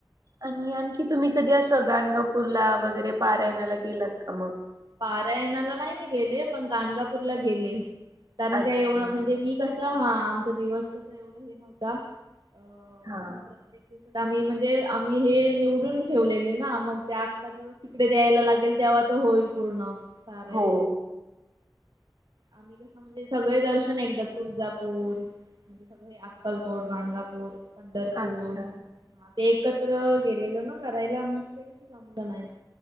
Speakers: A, on the right; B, on the right.
A: आणि आणखी तुम्ही कधी अस गाणगापूरला वगैरे पारायण्याला
B: हो हो.
A: गेलात का मग.
B: पारायणाला नाही मी गेले पण गणगापूरला गेले. कारण
A: अच्छा
B: का एवढं म्हणजे मी कसं हा आमचा दिवस कसा एवढा हे नव्हता. अ
A: हा
B: म्हणजे प्रत्येक दिवसात आम्ही म्हणजे आम्ही हे निवडून ठेवलेले ना मग. ते आत्चा दिवस तिकडे द्यायला लागेल तेव्हा तर होईल पूर्ण सारायण.
A: हो
B: आम्ही कसं म्हणजे सगळे दर्शन एकदा तुळजापूर. म्हणे सगळे अक्कलकोट गाणगापूर पंढरपूर.
A: अच्छा
B: हा ते एकत्र गेलेल ना करायला मग ते कस जमलं नाही.